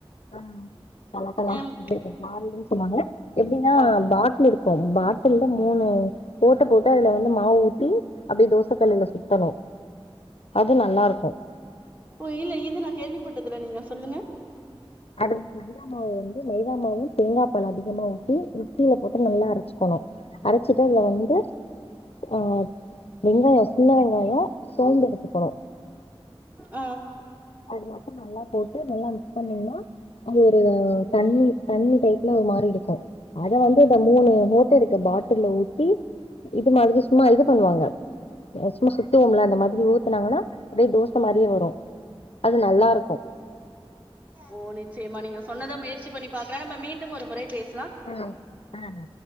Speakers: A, on the left; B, on the right.
A: ஆ கலகலா <unintelligible>
B: எம்
A: ஜாலருனு சொல்வாங்க எப்பிடின்னா
B: ஆ
A: பாட்டில் இரு க்கும் பாட்டில்ல மூனு ஓட்ட போட்டு அதுல வந்து மாவு ஊத்தி அப்டியே தோசக்கல்லுல சுத்தணு அது நல்லா இருக்கும்
B: ஓ இல்ல இது நா கேள்விப்பட்டது இல்ல நீங்க சொல்லுங்க
A: அது மைதா மாவு வந்து மைதா மாவும் தேங்கா பால் அதிகமா ஊத்தி மிக்ஸியில போட்டு நல்லா அரச்சுக்கணு அரச்சிட்டு அதுல வந்து ஆ வெங்காய சின்ன வெங்காயோம் சோம்பு எடுத்துக்கணு
B: ஆ
A: அது மட்டும் நல்லா போட்டு நல்லா மிக்ஸ் பண்ணிங்கன்னா அது ஒரு தண்ணி தண்ணி டைப்ல ஒரு மாரி இருக்கும் அத வந்து இந்த மூனு ஓட்ட இருக்க பாட்டில்ல ஊத்தி இது மாதிரி சும்மா இது பண்ணுவாங்க சும்மா சுத்துவோம்ல அந்த மாதிரி ஊத்துனாங்கன்னா அப்டியே தோச மாரியே வரும் அது நல்லா இருக்கும்
B: ஓ நிச்சயமா நீங்க சொன்னத முயற்சி பண்ணி பாக்குறே நம்ம மீண்டும் ஒரு முறை பேச
A: ம் அ